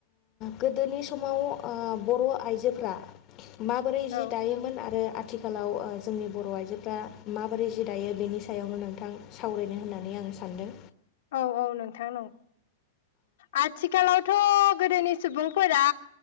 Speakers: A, on the left; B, on the left.
A: गोदोनि समाव ओ बर आइजोफ्रा माबोरै जि
B: औ
A: दायोमोन आरो आ आथिखालाव जोंनि बर आइजोफ्रा माबोरै जि दायो बेनि सायावनो नोंथां सावरायनो होननानै आं सानदों
B: औ औ नोंथां नंगौ आथिखालावथ गोदोनि सुबुंफोरा